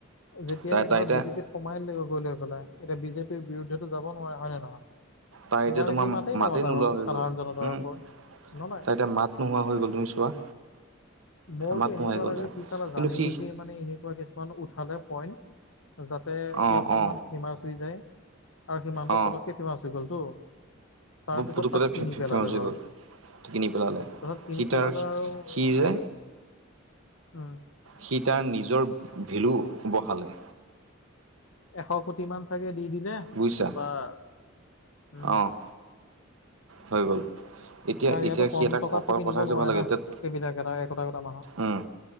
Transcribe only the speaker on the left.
যেতিয়াই
ধৰ
বিজেপিত সোমাই দিলে গৈ লৈ পেলাই, এতিয়া বিজেপিৰ বিৰুদ্ধেতো যাব নোৱাৰে হয় নে নহয়?
সেইকাৰণে
সি
নমতা
হ'ল
সাধাৰণ
জনতাৰ
ওপৰত নলয়
মোৰতো
এনেকুৱা
লাগে
সি চালা
জানি
বুজিয়ে মানে এনেকুৱা কিছুমান উঠালে পইণ্ট যাতে সি
অকমান
ফেমাচ হৈ যায় আৰু সি মানুহটো
পটককে ফেমাচ হৈ গ'লতো। তাৰপিছত
তাক কিনি পেলালে
ধৰ।
ধৰ কিনি
পেলালে আৰু
এই উম।
এশ কোটি মান চাগে দি দিলে
বাছ উম
কাৰণ ইয়াতো
কম
টকাতটো
কিনিব
নোৱাৰে
না
সেইবিলাক এটা একোটা একোটা মানুহক